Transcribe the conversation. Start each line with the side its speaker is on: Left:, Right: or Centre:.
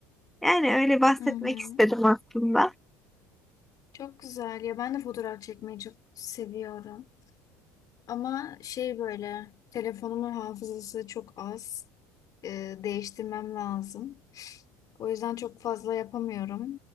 Centre: Yani öyle bahsetmek
Left: Hı hı.
Centre: istedim aslında.
Left: Çok güzel ya ben de fotoğraf çekmeyi çok seviyorum. Ama şey böyle telefonumun hafızası çok az. Ee, değiştirmem lazım. O yüzden çok fazla yapamıyorum.